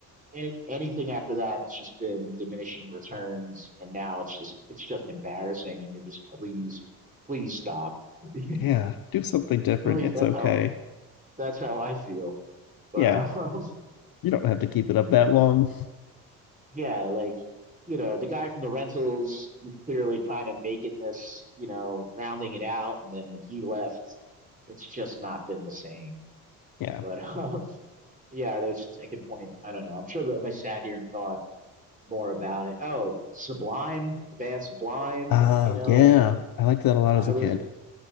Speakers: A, on the right; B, on the left.
A: any anything after that, it's just been diminishing returns, and now it's just it's just embarrassing, and you're just please, please stop. <laughs>
B: Yeah, do something different.
A: At least
B: It's
A: that's
B: okay.
A: how That's how I feel. But
B: Yeah,
A: um,
B: you don't have to keep it up that long.
A: <laughs> yeah, like you know, the guy from the rentals was clearly kind of making this, you know, rounding it out, and then when he left, it's just not been the same.
B: Yeah.
A: But um, <laughs> yeah, there's I could point. I don't know. I'm sure that if I sat here and thought more about it, oh, Sublime, the band Sublime,
B: Ah,
A: you know,
B: yeah.
A: I definitely,
B: I liked that a lot
A: I
B: as a
A: was,
B: kid.